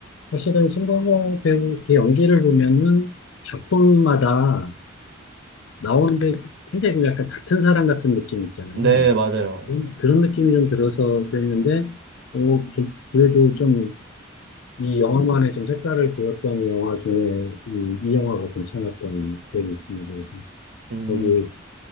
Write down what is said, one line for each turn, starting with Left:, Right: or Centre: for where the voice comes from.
Left: 사실은 송강호 배우 그 연기를 보면은 작품마다 나오는데 굉장히 그 약간 같은 사람 같은 느낌 있잖아요.
Right: 네, 맞아요.
Left: 음, 그런 느낌이 좀 들어서 그랬는데, 어, 게- 그래도 좀 이 영화만의 좀 색깔을 보였던 영화 중에 이, 이 영화가 괜찮았던 기억이 있습니다. 그래서
Right: 음,
Left: 거기